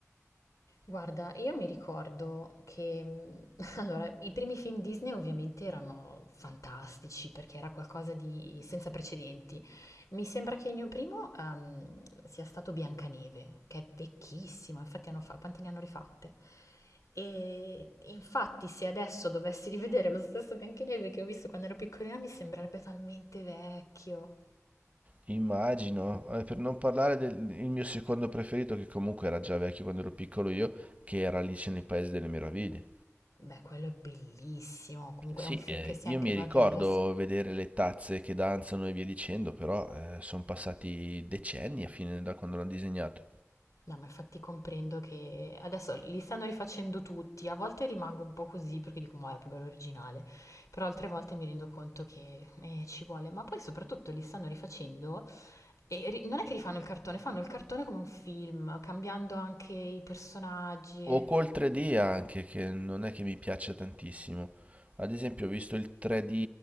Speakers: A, on the left; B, on the right.
A: Guarda, io mi ricordo che, mh, <laughs> allora, i primi film Disney ovviamente erano fantastici perché era qualcosa di senza precedenti. Mi sembra che il mio primo, ehm, sia stato Biancaneve, che è vecchissimo, infatti hanno fa- quante ne hanno rifatte? E infatti se adesso dovessi rivedere lo stesso Biancaneve che ho visto quando ero piccolina mi sembrerebbe talmente vecchio.
B: Immagino, eh, per non parlare del il mio secondo preferito, che comunque era già vecchio quando ero piccolo io, che era Alice nel Paese delle Meraviglie.
A: Beh, quello è bellissimo, comunque
B: Sì,
A: è un film
B: eh,
A: che se
B: io
A: anche
B: mi
A: guardi
B: ricordo
A: adesso.
B: vedere le tazze che danzano e via dicendo, però sono passati decenni a fine da quando l'hanno disegnato.
A: No, ma infatti comprendo che adesso li stanno rifacendo tutti, a volte rimango un po' così perché dico, ma era più bello originale, però altre volte mi rendo conto che eh, ci vuole, ma poi soprattutto li stanno rifacendo e ri- non è che rifanno il cartone, fanno il cartone come un film, cambiando anche i personaggi, e-
B: O col 3D anche, che non è che mi piaccia tantissimo. Ad esempio, ho visto il 3D,